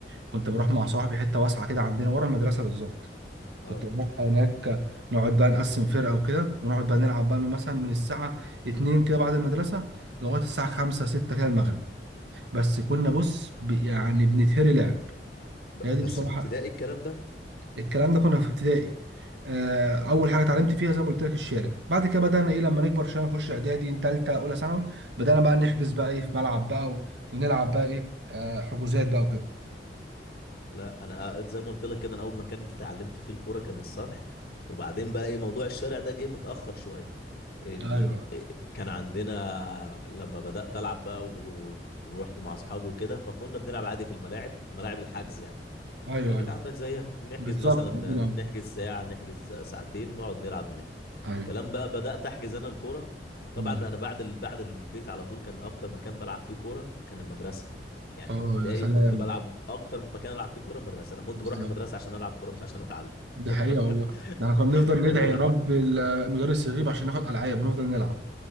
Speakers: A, on the right; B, on the left.
A: كنت بروح مع صاحبي حته واسعه كده عندنا ورا المدرسه بالظبط
B: اه
A: كنت بروح هناك نقعد بقى نقسم فرقه وكده ونقعد بقى نلعب بقى من مثلا من الساعه 2 كده بعد المدرسه لغايه الساعه 5 6 كده المغرب بس كنا بص ب- يعني بنتهري لعب
B: ب-
A: هي
B: بس
A: دي بصراحه
B: في ابتدائي الكلام ده
A: الكلام ده كنا في ابتدائي آه، اول حاجه اتعلمت فيها زي ما قلت لك الشارع بعد كده بدانا ايه لما نكبر شويه نخش اعدادي ثالثه اولى ثانوي بدانا بقى نحجز بقى ايه في ملعب بقى و- ونلعب بقى ايه آه، حجوزات بقى وكده
B: لا انا آه، زي ما قلت لك كده انا اول مكان اتعلمت فيه الكوره كان السطح وبعدين بقى ايه موضوع الشارع ده جه متاخر شويه ان
A: ايوه
B: إيه، كان عندنا لما بدات العب بقى و... ورحت مع اصحابي وكده فكنا بنلعب عادي في الملاعب ملاعب الحجز يعني
A: ايوه
B: اكيد
A: ايوه
B: عندك زيها بنحجز
A: بالظبط
B: مثلا
A: عندنا
B: بنحجز ساعه نحجز ساعتين نقعد نلعب هناك
A: ايوه
B: كلام بقى بدأت أحجز أنا الكورة طبعا
A: مم.
B: أنا بعد ال... بعد البيت على طول كان أكتر مكان بلعب فيه كورة كان المدرسة يعني
A: اه
B: في ابتدائي
A: يا سلام
B: كنت بلعب أكتر مكان ألعب فيه كورة المدرسة أنا كنت
A: بالظبط
B: بروح المدرسة عشان ألعب كورة مش عشان أتعلم
A: دي حقيقة والله
B: <laughs>
A: ده احنا كنا بنفضل ندعي
B: والله
A: يا رب ال- المدرس يغيب عشان ناخد العاب ونفضل نلعب